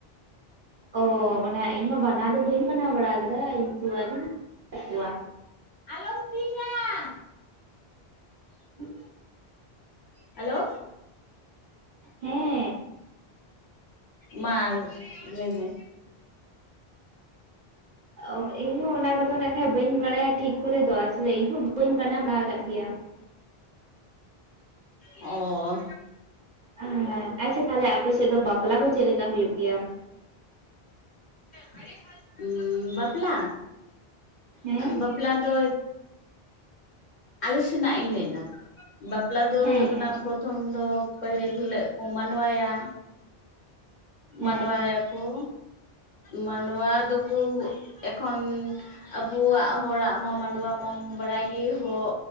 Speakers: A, on the right; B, on the left.
A: ᱚ ᱚᱱᱟ ᱤᱧ ᱦᱚᱸ ᱵᱟᱱᱟᱣ ᱫᱚ ᱵᱟᱹᱧ ᱵᱮᱟᱱᱟᱣ ᱵᱟᱲᱟ ᱠᱟᱫᱟ ᱠᱤᱱᱛᱩ ᱟᱫᱚ ᱠᱚᱣᱟ
B: ᱟᱞ ᱥᱤᱝᱼᱧᱟ ᱾
A: <unintelligible>
B: ᱦᱮᱞᱳ
A: ᱦᱮᱸ
B: ᱢᱟᱞ ᱞᱟᱹᱭ ᱢᱮ ᱾
A: ᱚ ᱤᱧ ᱦᱚᱸ ᱚᱱᱟ ᱠᱚᱫᱚ ᱱᱟᱱᱟᱜ ᱠᱷᱟᱡ ᱵᱟᱹᱧ ᱵᱟᱲᱟᱭᱟ ᱴᱷᱤᱠ ᱠᱚᱨᱮ ᱫᱚ ᱟᱥᱚᱞᱮ ᱤᱧᱦᱚᱸ ᱵᱟᱹᱧ ᱵᱟᱱᱟᱣ ᱵᱟᱲᱟ ᱟᱠᱟᱫ ᱜᱮᱭᱟ ᱾
B: ᱚᱸᱻ
A: ᱦᱮᱸ, ᱟᱪᱪᱷᱟ ᱛᱟᱦᱞᱮ ᱟᱯᱮ ᱥᱮᱫ ᱫᱚ ᱵᱟᱯᱞᱟ ᱠᱚ ᱪᱮᱫᱞᱮᱠᱟ ᱦᱩᱭᱩᱜ ᱜᱮᱭᱟ ᱾
B: <unintelligible> ᱟᱢᱻ ᱵᱟᱯᱞᱟ,
A: ᱦᱮᱸ
B: ᱵᱟᱯᱞᱟ ᱫᱚ ᱟᱞᱮ ᱥᱮᱱᱟᱜ ᱤᱧ ᱞᱟᱹᱭ ᱮᱫᱟ, ᱵᱟᱯᱞᱟ ᱫᱚ
A: ᱦᱮᱸ
B: ᱦᱩᱭᱩᱜ ᱠᱟᱱᱟ
A: ᱦᱮᱸ
B: ᱯᱨᱚᱛᱷᱚᱢ ᱫᱚ ᱯᱟᱹᱦᱤᱞ ᱦᱤᱞᱳᱜ ᱠᱚ ᱢᱟᱱᱲᱣᱟᱭᱟ,
A: ᱦᱮᱸ
B: ᱢᱟᱱᱲᱣᱟᱭᱟᱠᱚ ᱢᱟᱱᱲᱣᱟ ᱫᱚᱠᱚ ᱮᱠᱷᱚᱱ ᱟᱵᱚᱣᱟᱜ ᱦᱚᱲᱟᱜ ᱢᱟ ᱢᱟᱰᱣᱟ ᱢᱟᱢ ᱵᱟᱲᱟᱭ ᱜᱮ ᱦᱚ